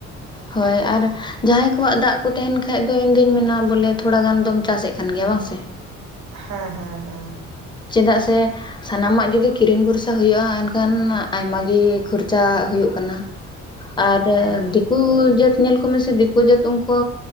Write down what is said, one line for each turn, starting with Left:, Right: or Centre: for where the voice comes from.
Left: ᱦᱳᱭ ᱟᱨ ᱡᱟᱦᱟᱸᱭ ᱠᱚ ᱟᱠᱚᱣᱟᱜ ᱫᱟᱜ ᱠᱚ ᱛᱟᱦᱮᱱ ᱠᱷᱟᱡ ᱫᱚ ᱤᱧ ᱫᱩᱧ ᱢᱮᱱᱟ ᱵᱚᱞᱮ ᱛᱷᱚᱲᱟ ᱜᱟᱱ ᱫᱚᱢ ᱪᱟᱥᱮᱫ ᱠᱟᱱ ᱜᱮᱭᱟ ᱵᱟᱝ ᱥᱮ ᱾
Right: ᱦᱮᱸ ᱦᱮᱸ ᱦᱮᱸ ᱾
Left: ᱪᱮᱫᱟᱜ ᱥᱮ ᱥᱟᱱᱟᱢᱟᱜ ᱡᱩᱫᱤ ᱠᱤᱨᱤᱧ ᱵᱷᱚᱨᱥᱟ ᱦᱩᱭᱩᱜᱼᱟ, ᱮᱱᱠᱷᱟᱱ ᱟᱭᱢᱟᱜ ᱜᱮ ᱠᱷᱚᱨᱪᱟ ᱦᱩᱭᱩᱜ ᱠᱟᱱᱟ᱾ ᱟᱨ
Right: ᱦᱮᱸ
Left: ᱫᱤᱠᱩ ᱡᱟᱹᱛ ᱧᱮᱞ ᱠᱚᱢᱥᱮ ᱫᱤᱠᱩ ᱡᱟᱹᱛ ᱩᱱᱠᱩ